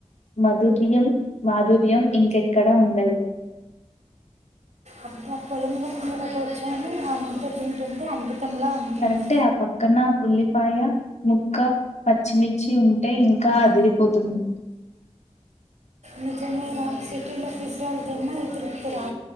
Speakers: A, on the left; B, on the right.
A: మధుర్యం మాధుర్యం ఇంకెక్కడా ఉండదు
B: అప్పుడు ఆ పొలం గట్టు మీద కూర్చోని ఆ ముచ్చట్లింటుంటే అమృతంలా ఉంటుంది
A: కరెక్టే ఆ పక్కన ఉల్లిపాయ ముక్క పచ్చిమిర్చి ఉంటే ఇంకా దిరిపోతుంది
B: నిజమేరా సిటీలో ఫిజ్జాల్ తిన్నా ఈ తృప్తి రా